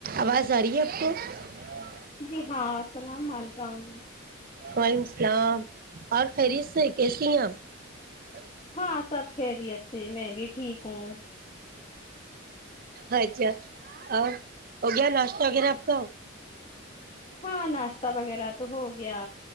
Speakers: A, on the right; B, on the left.
A: <inaudible>
B: <inaudible>
A: وعلیکم السلام اور خیریت سے کیسے <inaudible>
B: ہاں سب خیریت سے میں بھی ٹھیک ہوں
A: اچھا اور ہو گیا ناشتہ وغیرہ اپ کا
B: ہاں ناشتہ وغیرہ تو ہو گیا